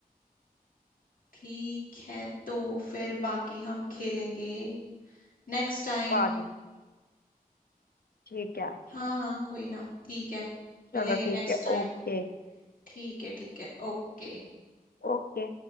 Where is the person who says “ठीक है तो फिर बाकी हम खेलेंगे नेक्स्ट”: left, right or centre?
Left